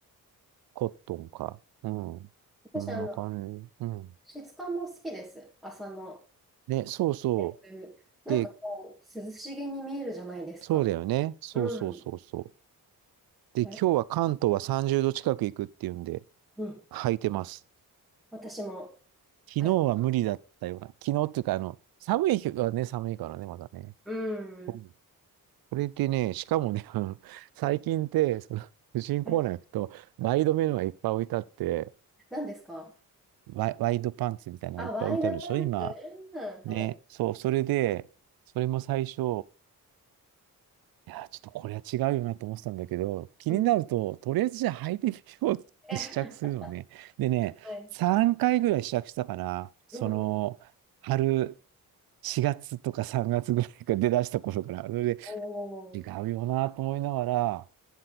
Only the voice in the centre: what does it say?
私、
あの、
質感も好きです。朝の。
えっとなんかこう、
涼しげに見えるじゃないですか。
うん。
あれ
うん。
私も
履いて。
う
ん。
はい。
何ですか
あ、ワイドパンツ。
うん、はい。
うん。
え、<laughs>
はい。
うん。うん。
おー。